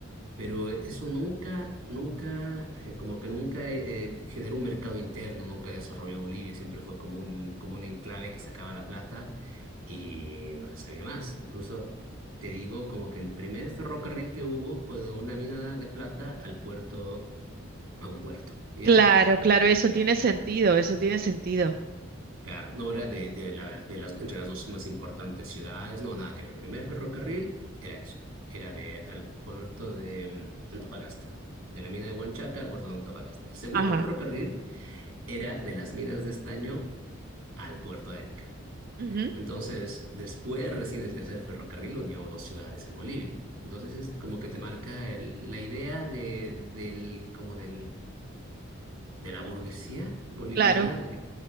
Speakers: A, on the right; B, on the right.
A: Pero eso nunca, nunca, eh, como que nunca eh, eh, generó un mercado interno, nunca desarrolló Bolivia, siempre fue como un, como un enclave que sacaba la plata y no se sabía más. Incluso te digo como que el primer ferrocarril que hubo fue de una mina de plata al puerto, a un puerto, ¿ya?
B: Claro, claro, eso tiene sentido, eso tiene sentido.
A: Claro, no era de, de la- de las, entre las dos más importantes ciudades, no, nada que ver. El primer ferrocarril era eso, era de, al puerto de mm, Antofagasta, de la mina de Huanchaca al puerto de Antofagasta. El segundo
B: Ajá.
A: ferrocarril era de las minas de estaño al puerto de Arica.
B: ujú,
A: Entonces, después recién el tercer ferrocarril unió dos ciudades en Bolivia. Entonces es como que te marca el- la idea de, del, como del de la burguesía boliviana
B: Claro,
A: de,